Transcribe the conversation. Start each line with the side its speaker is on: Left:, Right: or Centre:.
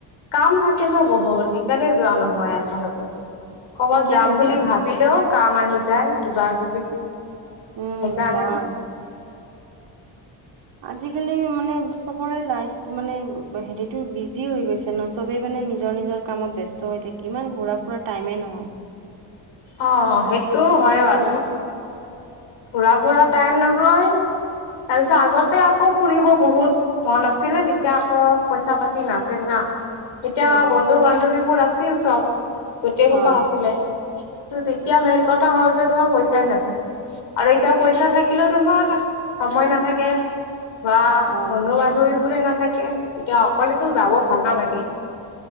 Left: কাম থাকে ন বহুত সেইকাৰণে যোৱা নহয় আচলতে কৰ'বাত
Right: ঠিকেই
Left: যাম
Right: কৈছা
Left: বুলি ভাবি বিলেও কাম আহি যায় কিবা কিবি
Right: উম
Left: সেইকাৰণে
Right: হয় আজিকালি মানে চবৰে লাইফ মানে হেৰিতো বিজি হৈ গৈছে যে সবেই মানে নিজৰ নিজৰ কামত ব্যস্ত হৈ থাকি ইমান ঘূৰা ফুৰা টাইমে নহয়
Left: অ সেইটোও হয় বাৰু ফুৰা ফুৰা টাইম নহয় তাৰপিছত আগতে আকৌ ফুৰিব বহুত মন আছিলে তেতিয়া আকৌ পইচা পাতি নাছিল না এতিয়া
Right: অ
Left: বন্ধু বান্ধৱীবোৰ আছিল চব গোটেই
Right: হয়
Left: সোপা আছিলে যেতিয়া মেইন কথা হ'ল যে তোমাৰ পইচাই নাছিল আৰু এতিয়া পইচা থাকিলেও তোমাৰ সময় নাথাকে বা
Right: অ
Left: বন্ধু বান্ধৱী বোৰে নাথাকে তেতিয়া অকলেতো যাব ভাল নালাগে